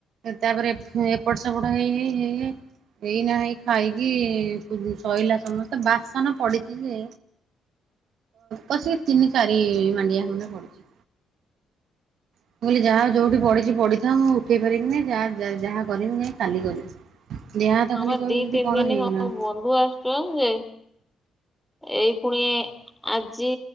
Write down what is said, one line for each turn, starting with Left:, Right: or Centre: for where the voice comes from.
Right: ତାପରେ ଏପଟ ସେପଟ ହେଇ ହେଇ ହେଇ ହେଇନା ହେଇ ଖାଇକି ଶଇଲା ସମସ୍ତେ ବାସନ ପଡିଛି ଯେ କସିକି ତିନି ଚାରି ମାଣ୍ଡିଆ ଖଣ୍ଡେ ହବ ମୁଁ କହିଲି ଯାହା ଯୋଉଠି ପଢିଛି ପଢିଥାଉ ମୁଁ ଉଠେଇ ପାରିବିନି ଯାହା ଯାହା କରିବି ଯାଇ କାଲି କରିବି। ଦେହ ହାତ
Centre: ଆମର
Right: ଖାଲି କହିବୁ
Centre: ଦି
Right: ଖାଲି
Centre: ତିନ
Right: କଣ
Centre: ଦିନି
Right: ହେଇଗଲାଣି
Centre: ହବ ବନ୍ଧୁ ଆସିଛନ୍ତି ଯେ ଏଇ ପୁଣି ଆଜି